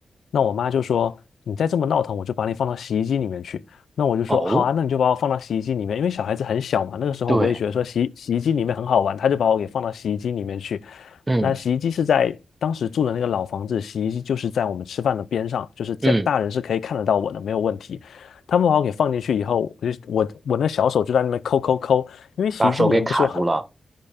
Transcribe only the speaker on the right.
哦，
对，
嗯
嗯，
把手给卡住了，